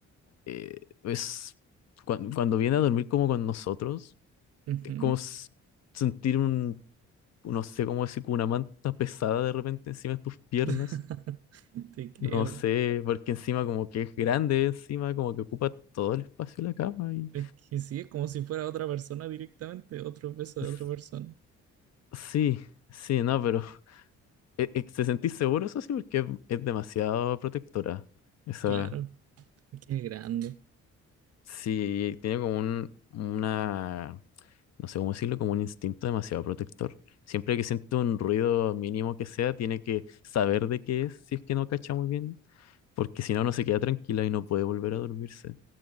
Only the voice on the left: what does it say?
eh, es, cuan- cuando, viene a dormir como con nosotros,
es como s- sentir un, no sé cómo decir, como una manta pesada de repente encima de tus piernas.
No sé, porque encima como que es grande, encima como que ocupa todo el espacio de la cama. Y...
s-
Sí, sí, no, pero eh, eh, ¿Te sentís seguro, eso sí? Porque es, es demasiado protectora. Esa,
sí, tiene como un, una, no sé cómo decirlo, como un instinto demasiado protector. Siempre que siente un ruido mínimo que sea, tiene que saber de qué es, si es que no cacha muy bien, porque si no, no se queda tranquila y no puede volver a dormirse.